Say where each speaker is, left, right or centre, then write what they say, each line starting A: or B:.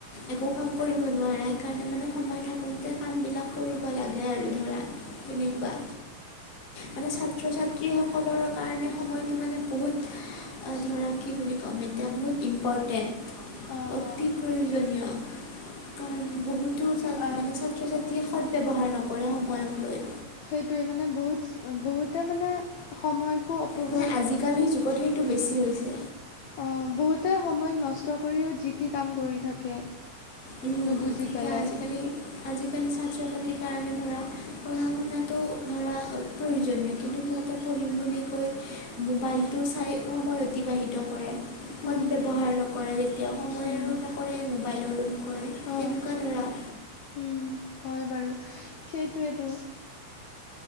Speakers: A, on the left (about 40°); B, on the left (about 75°).
A: একো কাম কৰিব নোৱা সেইকাৰণে, মানে সময় থাকোতে কাম বিলাক কৰিব লাগে আৰু ধৰা। তেনেকুৱা। মানে ছাত্ৰ ছাত্ৰীসকলৰ কাৰণে সময়টো মানে বহুত ধৰা কি বুলি ক'ম এতিয়া বহুত ইম্পৰ্টেণ্ট,
B: অঁ
A: অতি প্ৰয়োজনীয়, কাৰণ বহুত
B: অঁ
A: মানে ছাত্ৰ-ছাত্ৰীয়ে সদ ব্যৱহাৰ নকৰে সময়ক লৈ।
B: সেইটোৱে মানে বহুত বহুতে মানে সময়কো অপব্যয়
A: মানে আজিকালিৰ যুগত সেই টো বেছি হৈছে।
B: অ', বহুতে সময়ক নষ্ট কৰিও যি টি কাম কৰি থাকে।
A: এতিয়া
B: নুবুজি পেলাই।
A: আজিকালি আজিকালি ছাত্ৰ-ছাত্ৰীৰ কাৰণে ধৰা পঢ়া-শুনাটো ধৰা প্ৰয়োজনীয় কিন্তু সিহঁতে পঢ়িম বুলি কৈ মোবাইলটো চাই সময় অতিবাহিত কৰে। সদ
B: উম,
A: ব্যৱহাৰ নকৰে, কেতিয়াও সময়ৰো
B: উম,
A: নকৰে, মোবাইলৰো ন কৰে,
B: অঁ
A: তেনেকুৱা ধৰা।
B: উম। হয় বাৰু। সেইটোৱেতো।